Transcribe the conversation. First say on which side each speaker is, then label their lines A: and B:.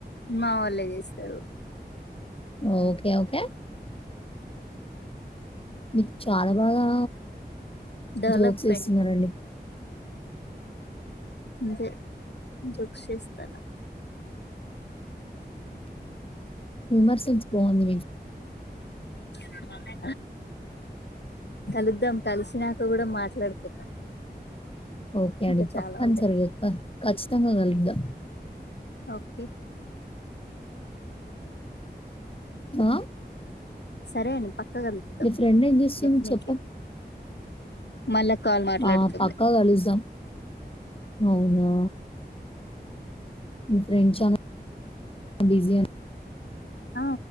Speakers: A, on the left; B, on the left.
A: మా వాళ్ళే చేస్తారు
B: ఓకే ఓకే మీకు చాలా బాగా
A: డెవలప్మెంట్
B: జోక్స్ ఏస్తున్నారండి.
A: అంతే జోక్ చేస్తున్నా
B: హుమర్ సన్స్ బాగుంది మీ
A: కిందటి వారమే కలుద్దాం కలిసినాక కూడా మాట్లాడుకుందాం
B: ఓకే అండి
A: ఇంకా
B: తప్పని
A: చాలా ఉంటాయి
B: సరిగా ఖచ్చితంగా కలుగుద్దాం
A: ఓకే
B: ఆ
A: సరే అండి పక్క కలుద్దాం
B: మీ ఫ్రెండ్ ఏం జేస్తుంది
A: డెఫినెట్లీ
B: చెప్పండి?
A: మళ్ళా కాల్ మాట్లాడుతుంది
B: ఆ పక్క కలుస్తాం అవునా ఫ్రెంచ్ బిసియ
A: ఆ